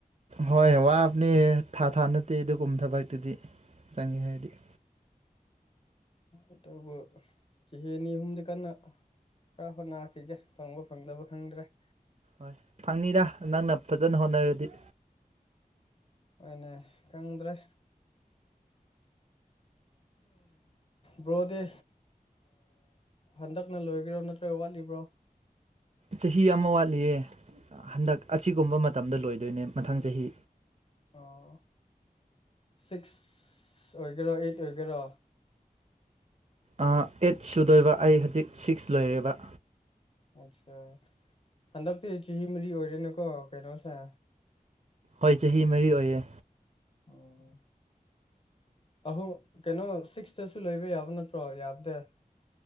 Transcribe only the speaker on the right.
ꯍꯣꯏ ꯋꯥꯕꯅꯦ ꯊꯥ ꯊꯥ ꯅꯠꯇꯦ ꯑꯗꯨꯒꯨꯝꯕ ꯊꯕꯛꯇꯨꯗꯤ ꯆꯪꯉꯦ ꯍꯥꯏꯔꯗꯤ
ꯍꯣꯏ ꯐꯪꯅꯤꯗ ꯅꯪꯅ ꯐꯖꯅ ꯍꯣꯠꯅꯔꯗꯤ꯫
ꯆꯍꯤ ꯑꯃ ꯋꯥꯠꯂꯤꯌꯦ ꯍꯟꯗꯛ ꯑꯁꯤꯒꯨꯝꯕ ꯃꯇꯝꯗ ꯂꯣꯏꯗꯣꯏꯅꯦ ꯃꯊꯪ ꯆꯍꯤ꯫
ꯑꯩꯠ ꯁꯨꯗꯣꯏꯕ ꯑꯩ ꯍꯧꯖꯤꯛ ꯁꯤꯛꯁ ꯂꯣꯏꯔꯦꯕ
ꯑꯩꯣꯏ ꯆꯍꯤ ꯃꯔꯤ ꯑꯣꯏꯌꯦ꯫